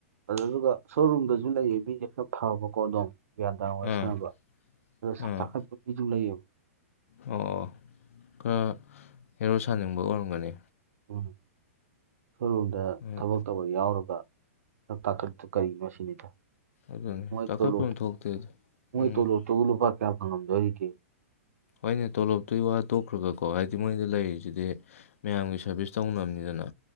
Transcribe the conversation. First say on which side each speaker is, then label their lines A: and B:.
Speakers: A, on the right (about 75°); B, on the left (about 65°).
A: <unintelligible> ꯁꯣꯔꯨꯝꯗꯁꯨ ꯂꯩꯔꯤ ꯃꯤꯖꯦ ꯈꯔ ꯊꯥꯛꯑꯕꯀꯣ ꯑꯗꯨꯝ ꯒ꯭ꯌꯥꯟ ꯇꯥꯅ ꯋꯥꯔꯤ
B: ꯑꯥ
A: ꯁꯥꯟꯅꯕ ꯑꯗ ꯁꯛ
B: ꯑꯥ
A: ꯇꯥꯛꯈꯠꯄ ꯃꯤꯖꯨ ꯂꯩꯑꯕ
B: ꯑꯣ ꯈꯔ ꯍꯦꯔꯣ ꯁꯥꯅꯤꯡꯕ ꯑꯣꯏꯔꯝꯒꯅꯤ
A: ꯎꯝ ꯁꯣꯔꯨꯝꯗ
B: ꯎꯝ
A: ꯊꯕꯛ ꯇꯧꯕ ꯌꯥꯎꯔꯒ ꯁꯛ ꯇꯥꯛꯀꯠꯇꯨ ꯀꯔꯤꯒꯤꯅꯣ ꯁꯤꯅꯤꯗ
B: ꯑꯗꯨꯅꯤ
A: ꯃꯣꯏ
B: ꯆꯥꯎꯈꯠꯐꯝ
A: ꯇꯣꯂꯣꯞ
B: ꯊꯣꯛꯇꯦ
A: ꯃꯣꯏ
B: ꯎꯝ
A: ꯇꯣꯂꯣꯞꯇꯨꯕꯨ ꯂꯨꯄꯥ ꯀꯌꯥ ꯐꯪꯉꯝꯗꯣꯔꯤꯒꯦ
B: ꯍꯣꯏꯅꯦ ꯇꯣꯂꯣꯞꯇꯨꯒꯤ ꯋꯥ ꯇꯣꯛꯈ꯭ꯔꯒꯀꯣ ꯍꯥꯏꯗꯤ ꯃꯣꯏꯗ ꯂꯩꯔꯤꯖꯤꯗꯤ ꯃꯌꯥꯝꯒꯤ ꯁꯔꯚꯤꯁ ꯇꯧꯅꯝꯅꯤꯗꯅ